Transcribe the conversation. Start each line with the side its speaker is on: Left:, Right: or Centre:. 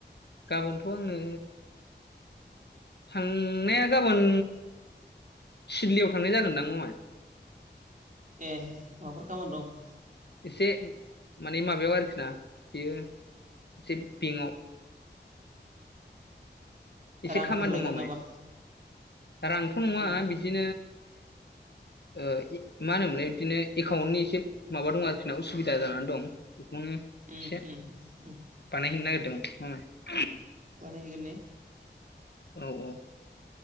Left: गाबोनथ' आङो थांनाया गाबोन सिदलियाव थांनाय जागोनदां मामाय
Right: एहे माबाफोर खामानि दं
Left: एसे माने माबायाव आरोखि ना बेयो एसे बेंकआव एसे
Right: रांफोर
Left: खामानि
Right: लायगोन
Left: दं मामाय
Right: नामा
Left: रांथ' नङा
Right: उम
Left: बिद
Right: उम
Left: <inaudible> ओ मा होनोमोनलाय बिदिनो एकाउन्टनि एसे माबा दं आरोखि ना उसुबिदा जानानै दं बेखौनो एसे
Right: उम उम उम
Left: बानायहैनो नागिरदोंमोन मामाय
Right: बानायहैगोन ने
Left: औ औ